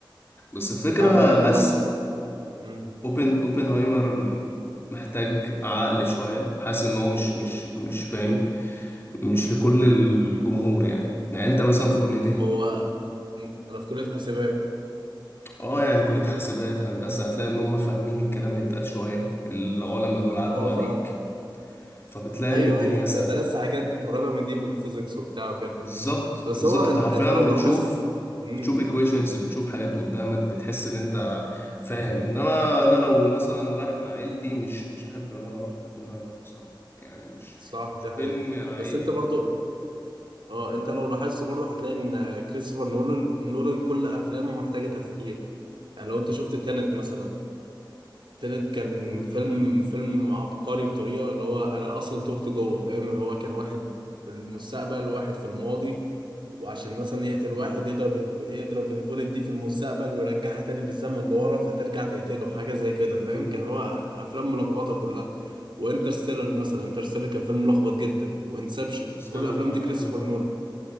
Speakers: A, on the left; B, on the right.
A: بس الفكرة
B: بتاع بقى اللي
A: حاسس
B: هو ال... مم.
A: اوبن اوبنهايمر محتاج عقل شوية حاسس ان هو مش مش مش فاهم مش لكل الجمهور يعني يعني انت مثلا في كلية ايه؟
B: هو مم. أنا في كلية حاسبات
A: اه يعني كلية حاسبات هندسة هتلاقي ان هم فاهمين الكلام اللي بيتقال شوية العلماء دول عدوا
B: اه ف
A: عليك فبتلاقي
B: أيوه
A: ان الدنيا
B: أيوه أنت
A: اسهل
B: درست حاجات قريبة من دي من الفيزيكس وبتاع وكده
A: بالظبط
B: بس
A: بالظبط
B: هو أنت
A: انت حرفيا
B: أنت لو لاحظت
A: بتشوف
B: مم.
A: بتشوف equations بتشوف حاجات قدامك بتحس ان انت فاهم انما انا لو مثلا رايح مع عيلتي مش مش هحب ان انا اروح اوبنهايمر بصراحة يعني مش
B: صح
A: مش
B: دي حقيقة
A: فيلم عائلي
B: بس انت
A: فاهمني
B: برضو اه انت لو لاحظت برضو هتلاقي ان كريستوفر نولان نولان كل افلامه محتاجة تفكير يعني لو انت شفت تانت مثلا التالت كان
A: امم
B: فيلم فيلم عبقري بطريقة اللي هو أنا أصلا تهت جوه فاهم اللي هو كان واحد في المستقبل وواحد في الماضي وعشان مثلا يقتل
A: امم
B: واحد يضرب ال... يضرب البوليت دي في المستقبل ويرجعها تاني بالزمن لورا فترجع تقتله حاجة زي كده فاهم
A: امم
B: كان هو أفلام ملخبطة كلها وانترستيلر مثلا انترستيلر كان فيلم ملخبط جدا وانسبشن
A: انترستيلر
B: كل الأفلام دي كريستوفر
A: جامد اوي
B: نولان